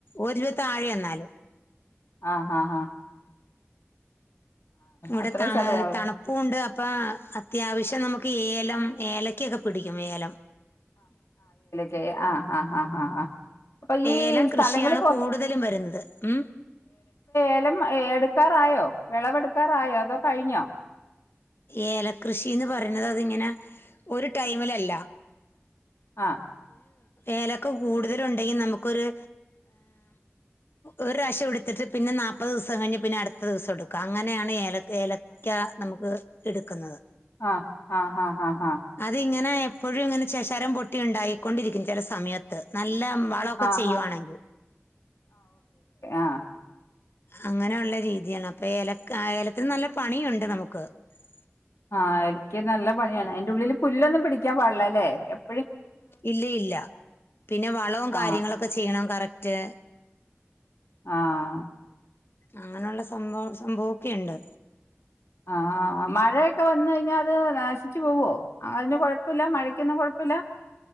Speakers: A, on the left; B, on the left.
A: ഒരു രൂപയെ താഴെയാ എന്നാലും
B: ആഹ് ആഹ് ആഹ്
A: ഇവിടെ
B: അത്രയും
A: തണ
B: സ്ഥലം
A: തണുപ്പുണ്ട് ഇപ്പ അത്യാവശ്യം നമുക്ക് ഏലം ഏലക്കൊക്കെ പിടിക്കും ഏലം
B: തെ ആഹ് ആഹ് ആഹ് ആഹ് അപ്പൊ ഈ
A: ഏലം
B: സ്ഥലങ്ങളി
A: കൃഷിയാണ്
B: പ്പ
A: കൂടുതലും വരുന്നത് ഉം
B: ഏലം ഏലക്ക വായോ വിളവെടുക്കാറായോ അതോ കഴിഞ്ഞോ
A: ഏലകൃഷിന്ന് പറയ്ന്നത് അതിങ്ങനെ ഒരു ടൈമിലല്ല
B: ആ
A: ഏലക്കെ കൂടുതല് ഉണ്ടെങ്കിൽ നമുക്കൊരു ഒരുപ്രാവിശ്യം എടുത്തിട്ട് പിന്നെ നാല്പ്പത് ദിവസം കഴിഞ്ഞു പിന്നെ അടുത്ത ദിവസം എടുക്ക അങ്ങനെയയാണ് ഏല ഏലക്ക നമുക്ക് എടുക്കുന്നത്
B: ആഹ് ആഹ് ആഹ് ആഹ് ഹ
A: അതിങ്ങനെ എപ്പോഴും ഇങ്ങനെ ശി ഖരം പൊട്ടിയുണ്ടായി കൊണ്ടിരിക്കും ചില സമയത്ത് ന ല്ല വളൊക്കെ
B: ആ
A: ചെയ്യുവാണെങ്കിൽ
B: ഹാ ആഹ്
A: അങ്ങനെയുള്ള രീതിയാണ് അപ്പൊ എല ക്കാലത്തിൽ നല്ല പണിയുണ്ട് നമുക്ക് <unintelligible>
B: ആഹ് എനിക്ക് നല്ല പണിയാണ് അയിൻ്റെ ഉള്ളില് പുല്ലൊന്നും പിടിക്കാൻ പാടില്ലല്ലേ എപ്
A: ഇല്ല ഇല്ല പിന്നെ വളവും
B: ആ
A: കാര്യങ്ങളൊക്കെ ചെയ്യണം കറക് <unintelligible>
B: ആഹ് ആഹ്
A: അങ്ങനെയുള്ള സംഭവ സംഭവൊക്കെയ്ണ്ട്
B: ആഹ് ആഹ് മഴയൊക്കെ വന്ന് കഴിഞ്ഞാ അത് നാശിച്ചു പോവോ? അതിന് കൊഴപ്പല്ല മഴയ്ക്കൊന്നും കൊഴപ്പ് പ്പല്ല